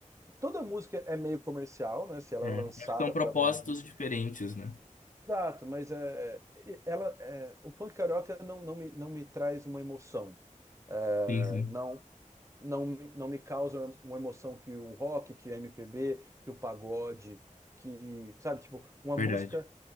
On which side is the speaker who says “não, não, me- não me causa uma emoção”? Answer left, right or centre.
Right